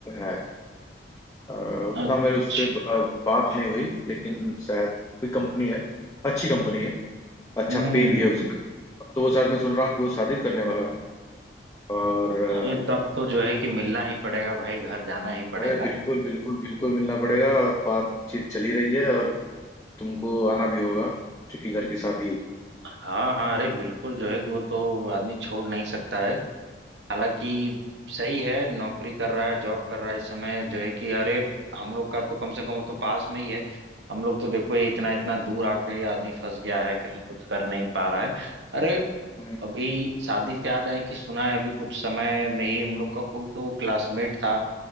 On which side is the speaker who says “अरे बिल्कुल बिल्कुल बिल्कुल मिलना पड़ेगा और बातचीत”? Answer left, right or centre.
Left